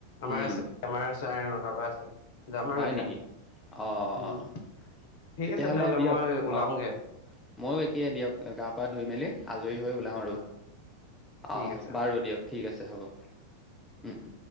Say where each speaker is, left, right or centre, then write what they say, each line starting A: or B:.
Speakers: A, on the left (about 50°); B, on the left (about 15°).
A: আমাৰ
B: উম
A: আছে। আমাৰ আছে আমৰ চাৰে নটাৰ পৰা আছে। যাম আৰু
B: হয়
A: এতিয়া
B: নেকি, অ'
A: উম
B: অ'।
A: ঠিক
B: তেতিয়াহলে
A: আছে তেনেহ'লে
B: দিয়ক,
A: মই ওলাওগে
B: অ', ময়ো একেই দিয়ক, গা -পা ধুই মেলি আজৰি। হয় ওলাওঁ আৰু।
A: অ ঠিক
B: অ
A: আছে
B: বাৰু দিয়ক ঠিক আছে হব, উম।